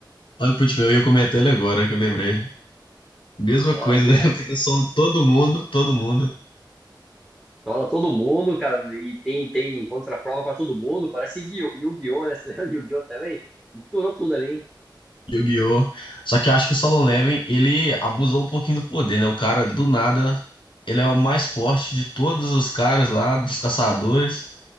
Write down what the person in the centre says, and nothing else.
Ai,
cara.
Sola todo mundo, cara, e tem, tem contraprova pra todo mundo, parece Yu- Yu-Gi-Oh, né? <laughs> Yu-Gi-Oh também. Misturou tudo ali, hein?